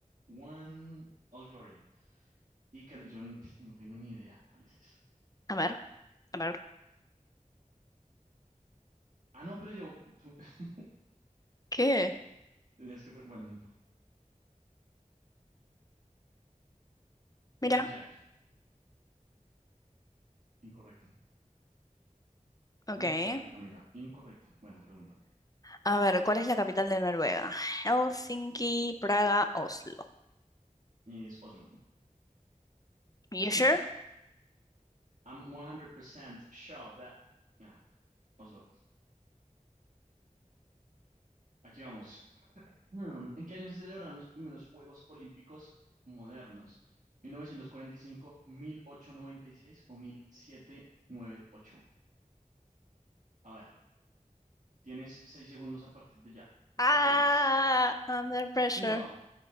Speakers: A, on the right; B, on the left.
A: one, Old Glory. Y can- yo n- <laughs> no tengo ni idea cuál es.
B: A ver, a ver.
A: Ah, no, pero yo, tú <laughs>
B: ¿Qué?
A: tenías que, pre- bueno, no importa.
B: Mira.
A: Union Jack, incorrecto.
B: Ok.
A: Incorrecto, Camila, incorrecto. Bueno, pregunta.
B: A ver, ¿cuál es la capital de Noruega? Helsinki, Praga, Oslo.
A: Es Oslo.
B: You sure?
A: Hmm. I'm one hundred percent sure that... Ah, Oslo. Aquí vamos. Hmm, ¿En qué año se celebraron los primeros Juegos Olímpicos modernos? Mil mil novecientos cuarenta y cinco, mil ochocientos noventa y seis o 1798. A ver, tienes seis segundos a partir de ya.
B: Ah,
A: Seis,
B: Under Pressure.
A: cinco,